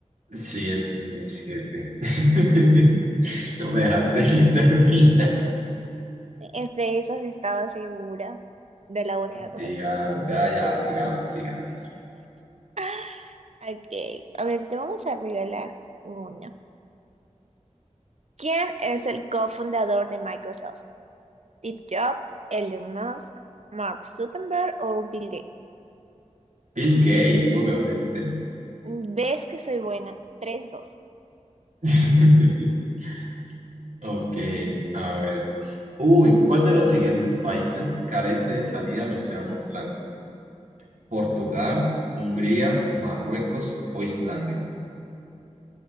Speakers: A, on the right (about 80°); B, on the right (about 65°).
A: Sí, es dos mil siete. <laughs> No me dejaste <laughs> ni terminar.
B: Es de esas estaba segura de la única cosa
A: Sigamos,
B: que estaba.
A: ya, ya, sigamos, sigamos.
B: <laughs> Ok, a ver, te vamos a regalar uno. ¿Quién es el cofundador de Microsoft? ¿Steve Jobs, Elon Musk, Mark Zuckerberg o Bill Gates?
A: Bill Gates, obviamente.
B: Mm, ¿Ves que soy buena? Tres dos.
A: <laughs>
B: Ok.
A: Ok, a ver. Uy, ¿cuál de los siguientes países carece de salida al Océano Atlántico? ¿Portugal, Hungría, Marruecos o Islandia?